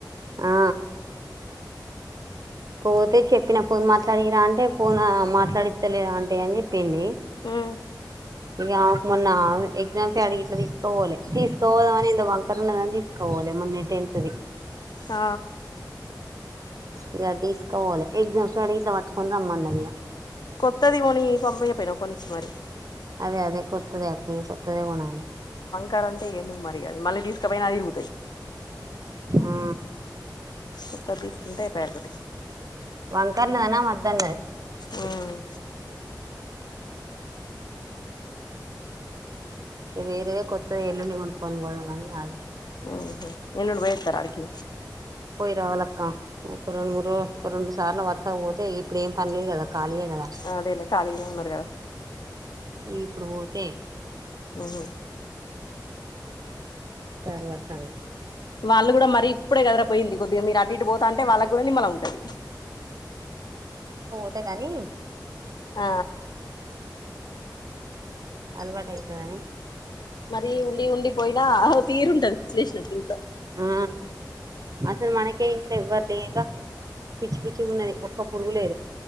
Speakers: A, on the right (about 50°); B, on the left (about 65°).
A: ఆ పోతే చెప్పిన ఫోన్ మాట్లాడిరా అంటే ఫోన్ అ మాట్లాడిస్తలే అంటే అని చెప్ పిన్ని
B: ఉమ్
A: ఇగ మొన్న ఎగ్జామ్స్ అడిగి ఇట్లా తీసుకపోలే తీసుకపోదామని ఎంతో బంకర్ ఉన్నదని తీసుకపో మొన్నెట్ట ఎంతది
B: అ
A: ఇగ తీసుకోవాలి ఎగ్జామ్స్ కాడికి ఇట్ల పట్టుకోని రమ్మన్నది ఇగ
B: కొత్తది కొని <unintelligible> కొనిచ్చి మరి
A: అదే అదే కొత్తదే <unintelligible> కొత్తదే కొనాలే
B: కరెంట్ ఎందుకు మరి <unintelligible> మళ్ళీ తీసుకపోయినా అది పోతాది
A: ఆ
B: కొత్తది తీసుకుంటే అయిపాయ ఒకటి
A: <unintelligible>
B: ఉమ్
A: వేరేదే కొత్తది ఎల్లుండి కొనుక్కొని పోద మనీ ఇంగ ఆగిన
B: ఉహు ఎల్లుండి పోయోతర ఆడికి
A: పోయి రావాలక్క ఒక రెండు మూడు <unintelligible> ఒక రెండు సార్ల వరుసగ పోతే ఇప్పుడు ఏం పనలేదు కదా ఖాళీయే కదా
B: అదేలే కలిగానే ఉన్నారూ కద
A: ఇప్పుడు పోతే
B: హు
A: తర్వాత
B: వాళ్ళు గూడ మరి ఇప్పుడే కదరా పోయింది కొద్దిగా మీరు అటు ఇటు పోతాంటే వాళ్ళక్ గూడ నిమ్మలం ఉంటది
A: అంతే గాని
B: ఆ
A: అలవాటు అయితదని
B: మరి ఉండి ఉండి పోయినా తీరుంటది పిచ్చిలేషినట్లు ఇంట్లో
A: ఆ అసలు మనకే ఇంట్లో ఎవ్వర్ లేక పిచ్చి పిచ్చి ఉన్నది ఒక్క పురుగు లే